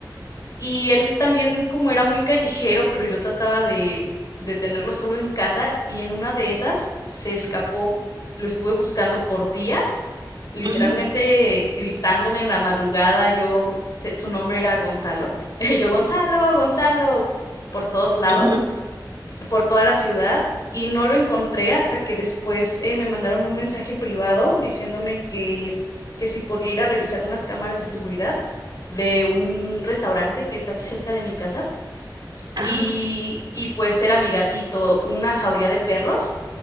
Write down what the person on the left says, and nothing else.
Y él también, como era muy callejero, pero yo trataba de, de tenerlo solo en casa y en una de esas se escapó. Lo estuve buscando por días, literalmente
gritándole en la madrugada. Yo, se- su nombre era Gonzalo. <laughs> Yo, Gonzalo, Gonzalo, por todos lados
por toda la ciudad y no lo encontré hasta que después eh, me mandaron un mensaje privado diciéndome que, que si podía ir a revisar unas cámaras de seguridad de un restaurante que está aquí cerca de mi casa.
Y, y pues era mi gatito, una jauría de perros,